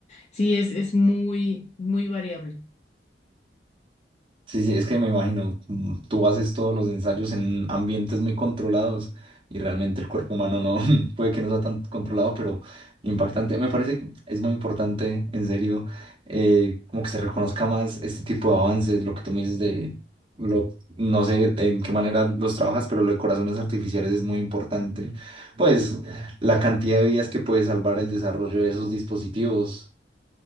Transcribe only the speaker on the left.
sí, es, es muy, muy variable.